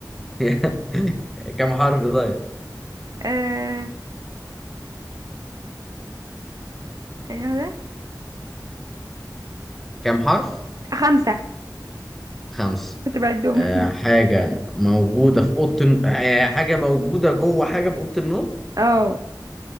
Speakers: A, in the centre; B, on the right (about 55°).
A: <laughs> كم حرف طيب
B: آه ثانية واحدة
A: كم حرف
B: خمسة
A: خمس
B: كنت بعدهم
A: آه
B: <laughs>
A: حاجة موجودة في أوضة الن- آه حاجة موجودة جوه حاجة في أوضة النوم
B: اه